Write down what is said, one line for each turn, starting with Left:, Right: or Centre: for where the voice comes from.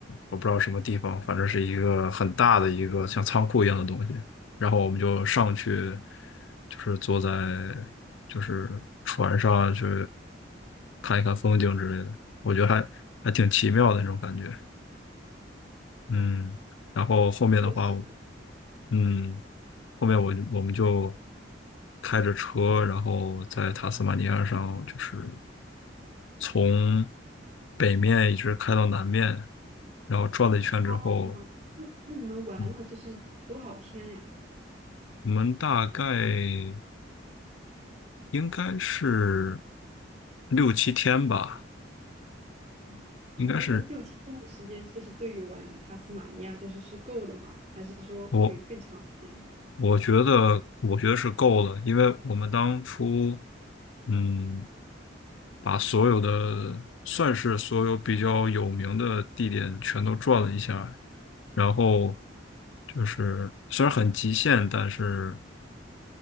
Left: 我不知道什么地方，反正是一个很大的一个像仓库一样的东西。然后我们就上去，就是坐在就是船上去看一看风景之类的。我觉得还还挺奇妙的那种感觉。嗯，
Right: 嗯，
Left: 然后后面的话。
Right: 确实。
Left: 嗯，后面我就我们就开着车，然后在塔斯马尼亚上，就是从北面一直开到南面，然后转了一圈之后，
Right: 哦，那那你们玩了就是多少天呀？
Left: 嗯，我们大概应该是六七天吧，
Right: 嗯你觉得六七天的时间，
Left: 应该是
Right: 就是对于玩塔斯马尼亚就是是够的吗？还是说会更长一点？
Left: 我我觉得，我觉得是够了，因为我们当初，嗯，把所有的，算是所有比较有名的地点全都转了一下，然后就是虽然很极限，但是